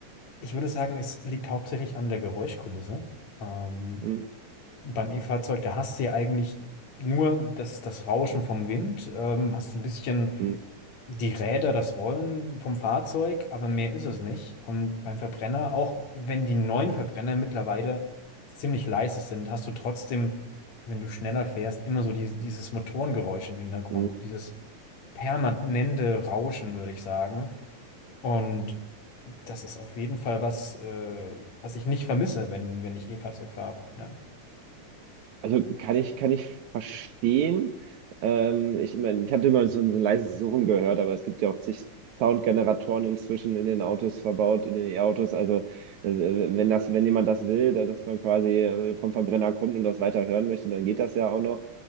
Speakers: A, on the left; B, on the right.
A: ich würde sagen, es liegt hauptsächlich an der Geräuschkulisse. Ähm,
B: Hm,
A: beim E-Fahrzeug, da hast du ja eigentlich nur das, das Rauschen vom Wind, ähm, hast du ein bisschen.
B: hm,
A: die Räder, das Rollen vom Fahrzeug, aber mehr ist es nicht. Und beim Verbrenner, auch wenn die neuen Verbrenner mittlerweile ziemlich leise sind, hast du trotzdem, wenn du schneller fährst, immer so dieses, dieses Motorengeräusch im Hintergrund,
B: hm.
A: dieses permanente Rauschen, würde ich sagen. Und das ist auf jeden Fall was, äh, was ich nicht vermisse, wenn, wenn ich E-Fahrzeug fahre. Ja.
B: Also kann ich, kann ich verstehen. Ähm, ich meine, ich habe immer so ein, so ein leises Surren gehört, aber es gibt ja auch zig Soundgeneratoren inzwischen in den Autos verbaut, in den E-Autos. Also das, äh, wenn das, wenn jemand das will, da- dass man quasi äh, vom Verbrenner kommt und das weiter hören möchte, dann geht das ja auch noch.